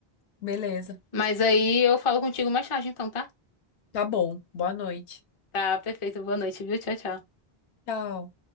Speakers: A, on the left; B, on the left.
A: beleza.
B: Mas aí eu falo contigo mais tarde, então, tá?
A: Tá bom. Boa noite.
B: Tá, perfeito. Boa noite, viu? Tchau, tchau.
A: Tchau.